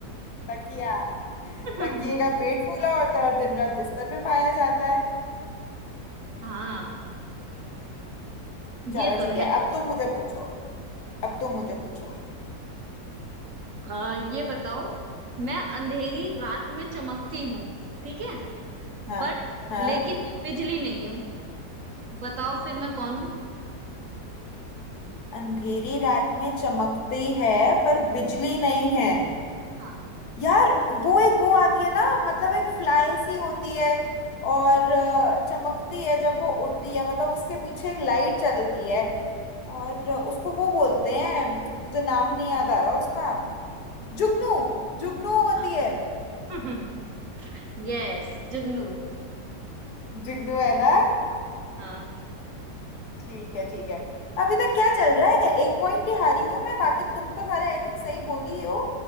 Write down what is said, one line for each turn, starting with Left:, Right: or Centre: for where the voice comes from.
Left: तकिया
Right: <laughs>
Left: तकिए का पेट फूला होता है और दिन रात बिस्तर पे पाया जाता है
Right: हाँ
Left: चलो
Right: ये तो
Left: ठीक
Right: है
Left: है अब तुम मुझे पूछो अब तुम मुझे पूछो
Right: आ, ये बताओ मैं अंधेरी रात में चमकती हूँ ठीक है
Left: हाँ
Right: बट
Left: हाँ
Right: लेकिन मैं बिजली नहीं हूँ बताओ फिर मैं कौन हूँ
Left: अंधेरी रात में चमकती है पर बिजली नहीं है
Right: हाँ
Left: यार वो एक वो आती है ना मतलब एक फ्लाई सी होती है और अ, चमकती है जब वो उड़ती है मतलब उसके पीछे एक लाइट चलती है और अ, उसको वो बोलते हैं मुझे नाम नहीं याद आ रहा उसका जुगनू जुगनू होती
Right: हाँ
Left: है
Right: <laughs> यस जुगनू
Left: जुगनू है ना
Right: हाँ
Left: ठीक है ठीक है अभी तक क्या चल रहा है एक पॉइंट ही हारी हूं मैं बाकी तुम तो सारे आई थिंक सही बोली हो